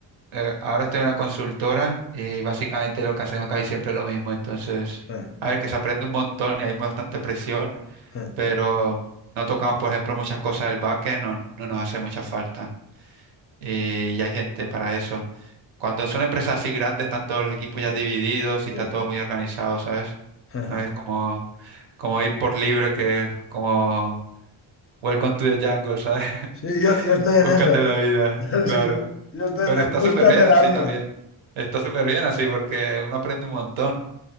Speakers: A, on the right; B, on the left.
A: eh, ahora estoy en una consultora y básicamente lo que hacemos casi siempre es lo mismo. Entonces,
B: Sí,
A: a ver, que se aprende un montón y hay bastante presión,
B: sí, sí,
A: pero no tocamos, por ejemplo, muchas cosas del backend, no, no nos hace mucha falta. Y, y hay gente para eso. Cuando son empresas así grandes, están todos los equipos
B: sí,
A: ya divididos y
B: sí,
A: está todo muy organizado, ¿sabes?
B: sí.
A: No es como, como ir por libre, que es como Welcome to the jungle, ¿sabes? <laughs>
B: Sí, yo, yo estoy en
A: Búscate
B: eso.
A: la vida,
B: <laughs>
A: claro.
B: Sí, sí. Yo estoy
A: Pero
B: en el
A: está
B: búscate
A: súper bien así
B: la vida.
A: también. Está súper bien así porque uno aprende un montón.